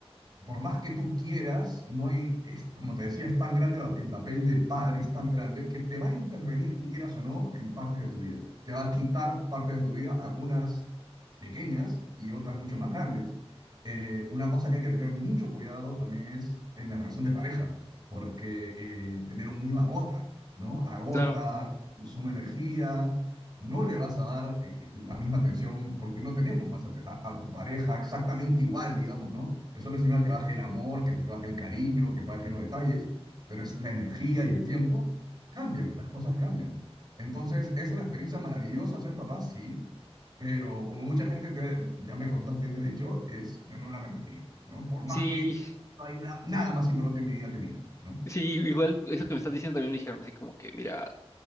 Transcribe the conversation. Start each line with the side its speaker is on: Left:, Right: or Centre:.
Right: por más que tú quieras, no hay, es, como te decía, es tan grande el el papel de padre, es tan grande que te va a intervenir, quieras o no, en partes de tu vida. Te va a quitar partes de tu vida, algunas pequeñas y otras mucho más grandes. Eh, una cosa que hay que tener mucho cuidado también es en la relación de pareja, porque eh, tener un niño agota, ¿no? Agota,
Left: Claro.
Right: consume energía. No le vas a dar eh, eh, la misma atención porque no tenemos más a, a a tu pareja exactamente igual, digamos, ¿no? Eso no es señal que baje el amor, que, que baje el cariño, que bajen los detalles, pero es la energía y el tiempo cambian, las cosas cambian. Entonces, es una experiencia maravillosa ser papá, sí, pero como mucha gente te- ya me contaste, te he dicho, es, yo no la repetiría, ¿no? Por más
Left: Sí,
Right: que no hay na- nada más importante en mi vida que mi hija, ¿no?
Left: sí, igual eso que me estás diciendo también me dijeron así como que, mira,